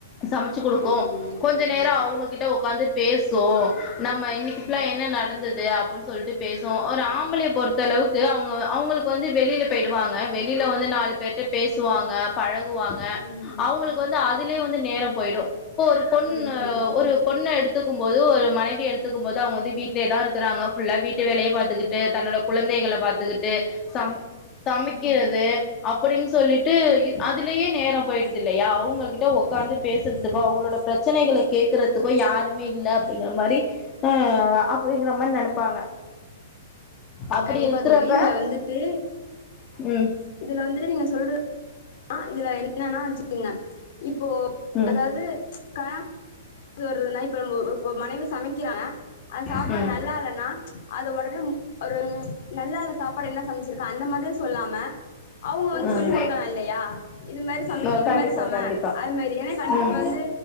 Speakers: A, on the left; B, on the left.
A: சமைச்சு குடுக்கோ
B: ஆமா ஆமா
A: கொஞ்சொ நேரோ அவுங்ககிட்ட உக்காந்து பேசோ நம்ம இன்னிக்கு
B: ம்
A: ஃபுல்லா என்ன நடந்தது அப்பின் சொல்ட்டு பேசெ ஒரு
B: ம்
A: ஆம்பளய பொறுத் த்த அளவுக்கு அவுங்க அவுங்களுக்கு வந்து வெளியில பெய்டுவாங்க வெளியில வந்து நாலு பேர்ட்ட பேசுவாங்க பழகுவாங்க
B: ம்
A: அவுங்களுக்கு வந்து அதுலுயே வந்து நேரம் போயிடூ இப்ப ஒரு பொண்ணு
B: ம் கண்டிப்பா
A: ஒரு பொண்ணெ எடுத் துக்கும்போது ஒரு மனவிய எடுத்துக்கும் போது அவுங்க வந்து வீட்லயேதா இருக்கிறாங்க ஃபுல்லா வீட் ட்டு வேலய
B: ம்
A: பாத்துக்கிட்டு
B: ம்
A: தன்னோட குழந்தைகள பாத்துக்கிட்டு
B: ஆமா
A: சம் சமைக்கிறது
B: ம்
A: அப்டின்னு சொல்லிட்டு இ அதுலேயே நேரம் போயிடுது இல்லயா அவுங்ககிட்ட ஓ உக்காந்து பேசுறதுக்கோ
B: ம்
A: அவங்களோட பிரச்சனைகளை கேக்குறதுக்கோ யாருமே இல்ல அப்படிங்கிற மாரி ஆ அப்டிங்கிற மாரி நெனப்பாங்க அப்டி
B: கண்டிப்பா
A: இருக்கிறப்ப
B: தோழி இதுல வந்துட்டு
A: ம்
B: இதுல வந்துட்டு நீங்க சொல்றத் ஆ இதுல என்னன்னா வச்சுக்குங்க இப்போ
A: ம் ம்
B: அதாவது கார இப்ப ஒரு லைஃப் நம்ம ஒர் ஒரு மனைவி சமைக்கிறேங்க அந் சாப்பாடு
A: ம்
B: நல்லால்ன்னா அது உடனே ம் ஒரு நல்லால்ல சாப்பாடு என்ன சமைச்சிருக்க அந்த மாரி சொல்லாம அவுங்க வந்து
A: ம்
B: சொல்லி் கொடுக்கலா இல்லயா இது மாரி சமைக்
A: ஆ
B: இது
A: கண்டிப்பா
B: மாதிரி சம
A: கண்டிப்பா
B: அது மாதிரி ஏன்னா கண்டிப்
A: ம்
B: இப்ப வந்து